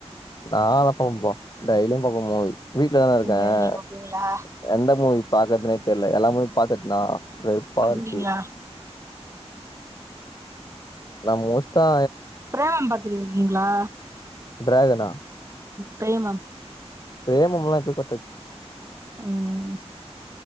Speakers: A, on the left; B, on the right.
A: நான் எப்பவும் பாப்போ டெய்லியும் பாப்பேன் மூவி வீட்லதா இருக்கேன்
B: டெய்லி பாப்பீங்களா
A: எந்த மூவி பாக்குறதுனே தெரியல எல்லா மூவி பாத்துட்னா வெறுப்பா
B: அப்டிங்களா
A: இருக்கு நான் மோஸ்டா
B: புரோகிராம் பாத்துட்டு இருக்கீங்களா
A: ட்ராகனா
B: பிரேமம்
A: பிரேமமெல்லா எப்பவோ பாத்தாச்சு
B: உம்